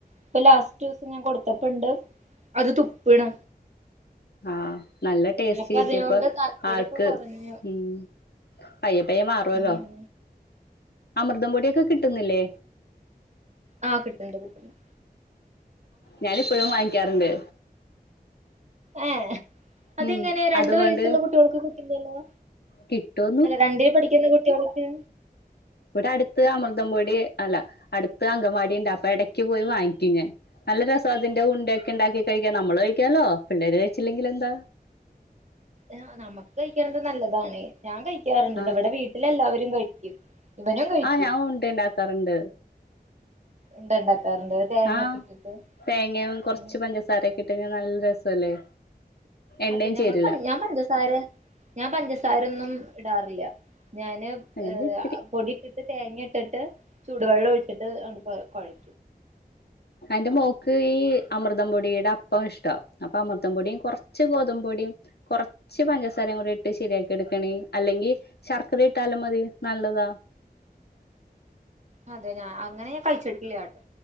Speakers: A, on the right (about 45°); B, on the left (about 80°).
A: ഇപ്പൊ ലാസ്റ്റ് ദിവസം ഞാൻ കൊടുത്തപ്പുണ്ട്. അത് തുപ്പ്ണ്.
B: ആഹ് നല്ല ടേസ്റ്റ്
A: അപ്പൊ
B: കിട്ടിയപ്പം
A: അതിനോട് താല്പര്യൊക്കെ
B: ആർക്ക്
A: കുറഞ്ഞു
B: ഉം പയ്യ പയ്യെ മാറുവല്ലോ?
A: ഉം
B: അമൃതം പൊടിയൊക്കെ കിട്ടുന്നില്ലേ?
A: ആഹ് കിട്ടുന്ന്ണ്ട് കിട്ടുന്ന്ട്.
B: ഞാൻപ്പോഴും വാങ്ങിക്കാറുണ്ട്.
A: ഏ അതെങ്ങനെയ
B: ഉം
A: രണ്ട്
B: അതുകൊണ്ട്
A: വയസ്സുള്ള കുട്ടികൾക്ക് കിട്ടില്ലല്ലോ?
B: കിട്ടോ
A: അല്ല രണ്ട് പഠിക്കുന്ന കുട്ടികൾക്ക്.
B: ഒരു അടുത്ത് അമൃതംപൊടി അല്ല അടുത്ത് അങ്കവാടി ഉണ്ട് അപ്പൊ ഇടക്ക് പോയി വാങ്ങിക്കും ഞാൻ. നല്ല രസം അത്തിന്റെ ഉണ്ട ഒക്കെ ഉണ്ടാക്കി കഴിക്കാൻ നമ്മള് കഴിക്കാലോ പിള്ളേര് കഴിച്ചില്ലെങ്കിൽ എന്താ.
A: ആഹ് നമുക്ക് കഴിക്കത് നല്ലതാണ് ഞാൻ കഴിക്കാറുണ്ട് കേട്ടോ
B: ആഹ്
A: ഇവിടെ വീട്ടില് എല്ലാവരും കഴിക്കും. ഇവനും കഴിക്കും
B: ആഹ് ഞാൻ ഉണ്ടണ്ടാക്കാറുണ്ട്.
A: ഉണ്ട ഉണ്ടാക്കാറുണ്ട് തേങ്ങൊക്കെ
B: ആഹ്
A: ഇട്ടിട്ട്
B: തേങ്ങയും കൊറച്ച്
A: ഉം.
B: പഞ്ച സര ഇട്കഴിഞ്ഞാ നല്ല രസല്ലേ. എണ്ണയും
A: അതെ ഞങ്ങൾ
B: ചേരില്ല
A: ഞാൻ പഞ്ചസാര ഞാൻ പഞ്ചസാരൊന്നും ഇടാറില്ല. ഞാന്
B: ഞാനൊരിത്തിരി
A: ഏ പൊടിയിട്ടിട്ട് തേങ്ങ ഇട്ടിട്ട് ചൂടുവെള്ളം ഒഴിച്ചിട്ട് ന കുഴയ്ക.
B: എന്റെ മോക്ക് ഈ അമൃതം പൊടിയുടെ അപ്പം ഇഷ്ട അപ്പൊ അമൃതം പൊടിയും കുറച്ച് ഗോതമ്പ് പൊടിയും. കുറച്ച് പഞ് കൂടി ഇട്ട് ശരിയാക്കി എടുക്കണേ അല്ലെങ്കിൽ ശർക്കര ഇട്ടാലും മതി നല്ലതാ
A: അതെ ഞാൻ അങ്ങനെ ഞാ കഴിച്ചിട്ടില്ല കേട്ടോ